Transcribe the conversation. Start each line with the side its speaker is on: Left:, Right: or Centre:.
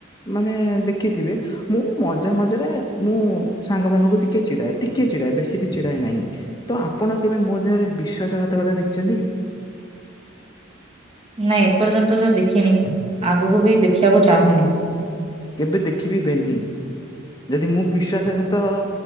Left: ମାନେ ଦେଖିଥିବେ ମୁଁ ମଜା ମଜାରେ ମୁଁ ସାଙ୍ଗ ମାନଙ୍କୁ ଟିକେ ଚିଡାଏ ଟିକେ ଚିଡାଏ ବେଶୀ ବି ଚିଡାଏ ନାହିଁ। ତ ଆପଣ କେବେ ମୋ ଦେହରେ ବିଶ୍ଵାସଘାତକତା ଦେଖିଛନ୍ତି କି?
Right: ନାଇଁ ଏପର୍ଯ୍ୟନ୍ତ ତ ଦେଖିନି ଆଗକୁ ବି ଦେଖିବାକୁ ଚାହୁଁନି।
Left: କେବେ ଦେଖିବି ବେନି। ଯଦି ମୁଁ ବିଶ୍ଵାସଘାତ